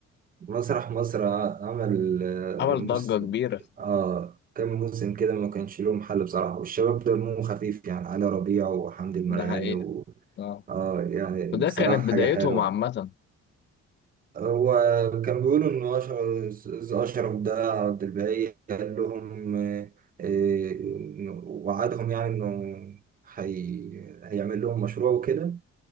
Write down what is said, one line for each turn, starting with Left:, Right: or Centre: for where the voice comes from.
Right: مسرح مصر ع- عمل آه
Left: عمل
Right: مس...
Left: ضجة كبيرة
Right: اه كام موسم كده ما كانش لهم حل بصراحة والشباب دمهم خفيف يعني علي ربيع وحمدي المرغني
Left: ده حقيقة
Right: و...
Left: اه
Right: اه يعني
Left: وده
Right: بصراحة
Left: كانت
Right: حاجة
Left: بدايتهم
Right: حلوة
Left: عامة
Right: هو كان بيقولوا إن أشرف أشرف ده عبد الباقي قال لهم آه، آه، وعدهم يعني إنه هي... هيعمل لهم مشروع وكده